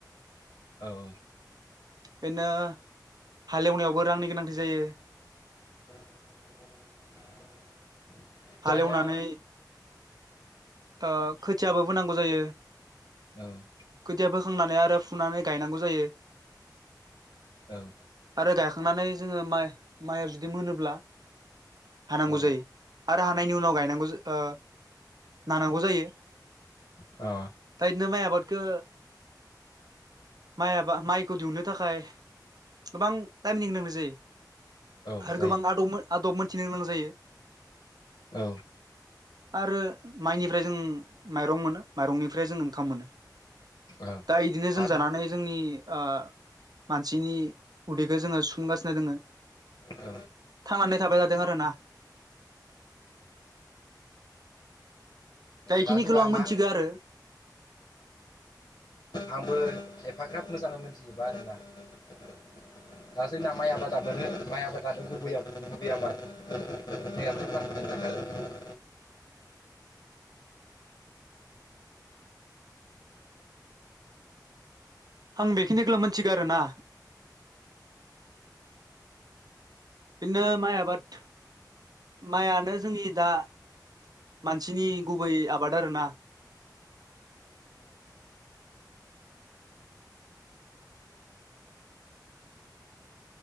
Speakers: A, on the left (about 70°); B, on the right (about 60°).
A: औ औ
B: बेदिनो हालेवनायावबो रांनि गोनांथि जायो।
A: <inaudible>
B: हालेवनानै
A: दानिया
B: ओ खोथियाबो फोनांगौ जायो।
A: औ
B: खोदिया बोखांनानै आरो फुनानै गायनांगौ जायो।
A: औ
B: आरो गायखांनानै जोङो माइ माइआ जुदि मोनोब्ला हानांगौ
A: अ
B: जायो आरो हानायनि उनाव गायनांगौ ओ नानांगौ जायो
A: अ
B: दा बिदिनो माइ आबादखौ माइ आबा माइखौ दिहुननो थाखाय गोबां टाइमनि गोनांथि जायो।
A: औ
B: आरो
A: जायो
B: गोबां आदब आदब मोनथिनो गोनां जायो।
A: औ
B: आरो माइनिफ्राय जों माइरं मोनो माइरंनिफ्राय जों ओंखाम मोनो।
A: औ
B: दा इदिनो जों
A: आरो
B: जानानै जोंनि ओ मानसिनि उदैखौ जोङो सुफुंगासिनो दोङो।
A: औ
B: थांनानै थाबाय जादों आरो ना। इखिनिखौल'
A: दा जोंना
B: आं मोनथिगो
A: मा
B: आरो
A: आंबो एफाग्राब मोजांङै मिथिजुबा आरोना। <inaudible> दा जोंना माइ आबादाबानो माइ आबादानो गुबै गुबै आबाद मैया <unintelligible> थाखाय
B: आं बेखिनिखौल' मिथिगौ आरो ना। बिदिनो माइ आबाद। माइआनो जोंनि दा मानसिनि गुबै आबाद आरो ना।